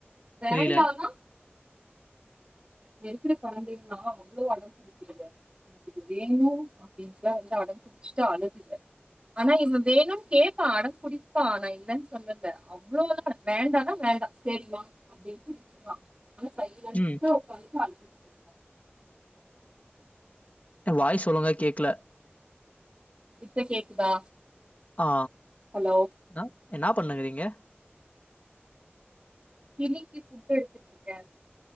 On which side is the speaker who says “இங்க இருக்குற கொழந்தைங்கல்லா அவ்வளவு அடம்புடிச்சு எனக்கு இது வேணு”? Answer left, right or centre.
Right